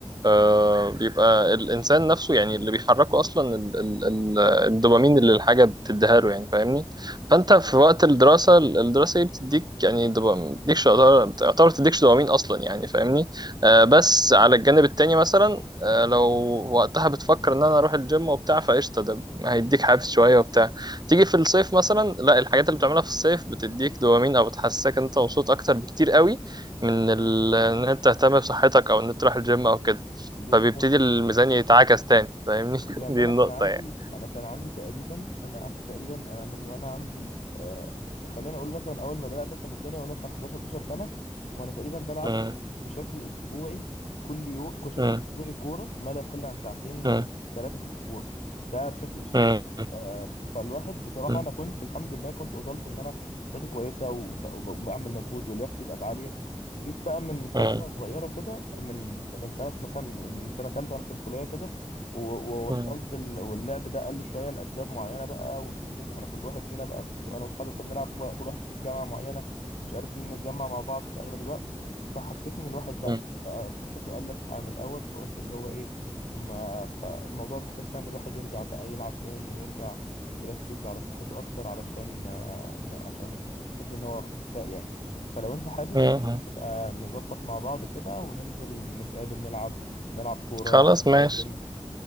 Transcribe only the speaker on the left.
بالظبط
يعني
انا
كان عندي
انا كان عندي تقريبا انا قعدت تقريبا انا من وانا عندي آه خلينا اقول مثلا اول ما بدات افهم الدنيا وانا مثلا 11 12 سنه وانا تقريبا بلعب
بشكل اسبوعي كل يوم بشكل
اسبوعي كوره ما لا يقل عن ساعتين
ثلاثه في الاسبوع ده بشكل اسبوعي
آه فالواحد بصراحه
انا كنت الحمد لله كنت وصلت ان انا صحتي كويسه وب- وب- وبعمل مجهود ولياقتي بقت عاليه جيت بقى من فتره
صغيره كده من من سنه مثلا من سنه ثالثه وانا في الكليه كده و- وبطلت
ال- واللعب ده قل شويه لاسباب معينه بقى وفكره ان احنا كل واحد فينا بقى في انا واصحابي كنا بنلعب و- كل واحد فيه في جامعه معينه مش عارفين نتجمع مع بعض في اغلب الوقت فحسيت ان الواحد لا
بقى صحته قلت عن الاول فقلت اللي هو ايه ما فالموضوع محتاج فعلا ان الواحد يرجع بقى يلعب تاني ويرجع يركز على صحته اكتر علشان آه، ن- عشان يحس ان هو كفاء يعني فلو انت حابب
ممكن نبقى نظبط مع بعض كده وننزل نتقابل نلعب نلعب كورة
ننزل الجيم